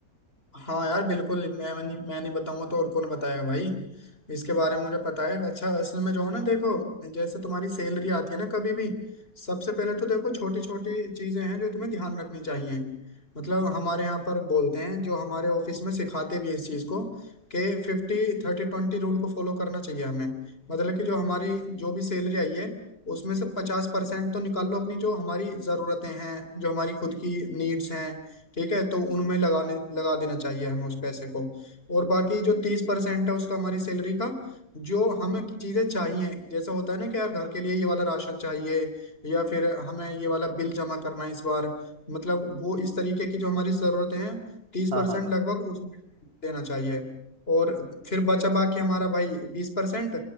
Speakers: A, on the left; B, on the right.
A: हाँ यार बिल्कुल मैं मैं नहीं, मैं नहीं बताऊंगा तो और कौन बताएगा भाई इसके बारे में मुझे पता है अच्छा असल में जो है ना देखो जैसे तुम्हारी सैलरी आती है ना कभी भी सबसे पहले तो देखो छोटी छोटी चीजें हैं जो तुम्हें ध्यान रखनी चाहिए मतलब हमारे यहाँ पर बोलते हैं जो हमारे ऑफिस में सिखाते भी हैं इस चीज को कि फिफ्टी थर्टी ट्वेंटी रूल को फॉलो करना चाहिए हमें मतलब कि जो हमारी जो भी सैलरी आई है उसमें से पचास परसेंट तो निकाल लो अपनी जो हमारी ज़रूरतें हैं जो हमारी खुद की नीड्स हैं ठीक है तो उनमें लगाने लगा देना चाहिए हमें उस पैसे को और बाकी जो तीस परसेंट है उसका हमारी सैलरी का जो हमें चीजें चाहिए जैसा होता है ना कि यार घर के लिए ये वाला राशन चाहिए या फिर हमें ये वाला बिल जमा करना है इस बार मतलब वो इस तरीके की जो हमारी जरूरतें हैं तीस
B: हाँ
A: परसेंट
B: हाँ हाँ
A: लगभग उसमें देना चाहिए और फिर बचा बाकी हमारा भाई बीस परसेंट